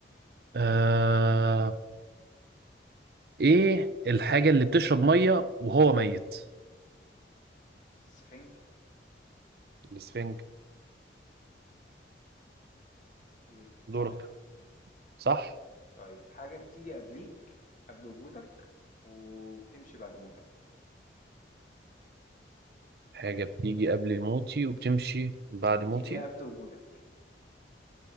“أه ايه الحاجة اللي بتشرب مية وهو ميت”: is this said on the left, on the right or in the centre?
Right